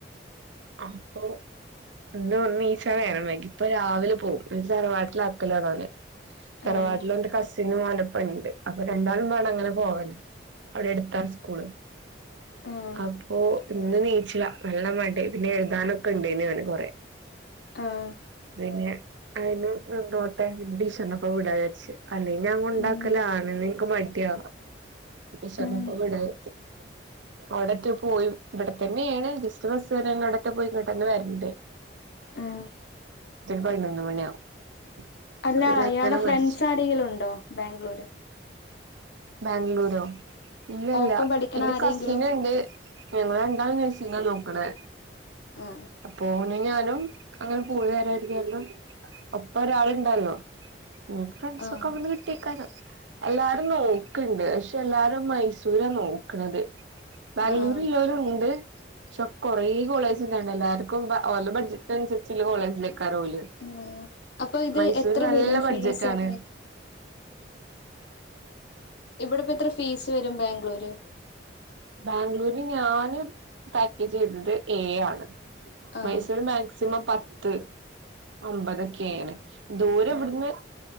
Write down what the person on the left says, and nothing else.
ആഹ്
ആഹ്
ആഹ്
ഉം
ഉം
ആഹ്
അല്ല
യാളെ ഫ്രണ്ട്സാരെങ്കിലുണ്ടോ?
ബാംഗ്ളൂര്.
ഒപ്പം പഠിക്കണ
ആരെങ്കിലും
ആഹ്
ആഹ്
ആഹ്
ആണോ അപ്പൊ ഇത്
എത്ര
വരും ഫീസൊക്കെ
ഇവിടെപ്പ ത്ര ഫീസ് വരും ബാംഗ്ലൂര്?
ആഹ്
ആഹ്